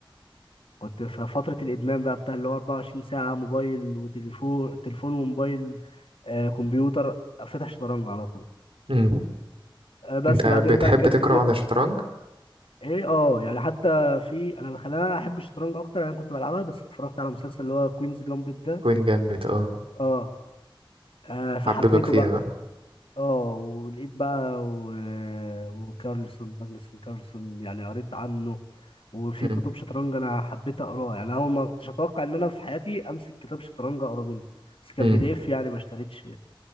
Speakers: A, on the left; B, on the right.
A: كنت في فترة الإدمان بقى بتاع اللي هو 24 ساعة موبايل وتليفون تليفون وموبايل آه كمبيوتر فاتح شطرنج على طول
B: امم
A: آه بس
B: انت بتحب
A: بعدين بقى جت
B: تقرا
A: جت
B: عن الشطرنج؟
A: ايه اه يعني حتى في انا اللي خلاني احب الشطرنج اكتر انا كنت بلعبها بس اتفرجت على مسلسل اللي هو كوينز جامبت ده
B: كوين جامد اه
A: اه, آه فحبيته
B: حببك فيها
A: بقى
B: بقى
A: اه ولقيت بقى و... وكارلسون ماجنسون كارلسون يعني قريت عنه وفي
B: امم
A: كتب شطرنج انا حبيت اقراه يعني اول ما كنتش اتوقع ان انا في حياتي امسك كتاب شطرنج اقرا منه بس كان
B: امم
A: بي دي اف يعني ما اشتريتش